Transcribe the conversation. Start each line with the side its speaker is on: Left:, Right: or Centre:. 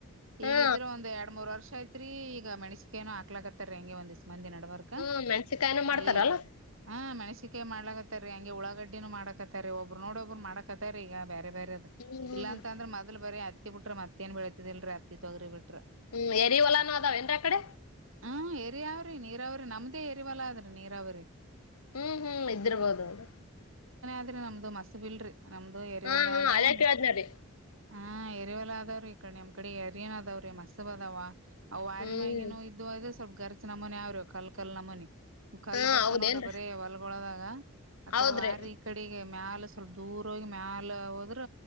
Left: ಹಾ
Right: ಈಗಿದ್ರೆ ಒಂದ ಎರಡ್ ಮೂರ್ ವರ್ಷ ಆಯತ್ರಿ ಈಗ ಮಣ್ಸಿಕ ಏನು ಹಾಕ್ಲಾಕತ್ತಾರ ಹೆಂಗೆ ಒಂದ್ ಮಂದಿ ನಡಬರ್ಕ
Left: ಹ್ಮ್ ಮೆಣ್ಸಿಕಾಯನ ಮಾಡ್ತಾರಲ್ಲ
Right: ಈ ಹ ಮ ಣಸಿಕೆ ಮಾಡಲಕತ್ತಾರಿ ಹಂಗೆ ಉಳಾಗಡ್ಡಿನು ಮಾಡಕತ್ತಾರಿ ಒಬ್ಬರು ನೋಡ್ ಒಬ್ಬರು ಮಾಡಕತ್ತ ರೀ ಈಗ ಬೇ ಬೇರ ಬೇರ ಅದು
Left: ಹ್ಮ್ ಹ್ಮ್
Right: ಇಲ್ಲ
Left: ಹ್ಮ್
Right: ಅಂದ್ರ ಮೊದಲ್ ಬರೆ ಅತ್ತಿ ಬಿಟ್ಟ್ರ ಮತ್ತೇಏನ್ ಬೆಳಳ್ತಿದಿಲ್ರರಿ ಅತ್ತಿ ತೊಗ್ರಿ ಬಿಟ್ಟರ
Left: ಹ್ಮ್ ಎರಿ ಒಲಾನೂ ಅದಾವ ಎನ್ರ ಕಡೆ
Right: ಹ್ಮ್ ಎರಿಯಾವ್ರಿ ನೀರಾವ್ರಿ ನಮ್ದೇ ಎರಿವಲ್ಲ ಅದ್ರಿ ನೀರಾವ್ರಿ
Left: ಹ್ಮ್ ಹ್ಮ್ ಇದಿರ್ಬೋದು ಅದು
Right: ಅ್ರ ನಮ್ದು ಮಸ್ ಬಿಲ್ರಿ ನಮ್ದು ಎರಿವಲ್ಲ
Left: ಹಾ ಹಾ
Right: ಅದ
Left: ಅದೇ
Right: ನೀ
Left: ಕೇಳ್ದ್ನರಿ
Right: ಹ ಎರಿವೆಲ್ಲ ಅದಾವ್ರೀ ಈ ಕಡೆ ನಿಮ್ ಕಡೆ ಎರಿನ್ ಅದಾವ್ರೀ ಮಸ್ಸ ಅದಾವ ಅವ್ ವಾರ
Left: ಹ್ಮ್
Right: ಮಗನ ಇ ಸ್ವಲ್ಪ ಗರ್ ನಮ್ಮನಿ ಅವ್ರಿ ಕಲ್ ಕಲ್ಲ ನಮ್ಮನಿ ಕಲ್ಲು
Left: ಹಾ
Right: ಬರ್ತಾ
Left: ಹೌದೇನ್ರಿ
Right: ನೋಡ್ರಿ ಬರೀ ಹೊಲ್ಗೊದ ಅಕಡೆ
Left: ಹೌದ್ರಿ
Right: ವಾರಿ ಈ ಕಡೆಗೆ ಮ್ಯಾಲ ಸ್ವಲ್ಪ ದೂರ ಹೋಗಿ ಮ್ಯಾಲ ಹೋದ್ರ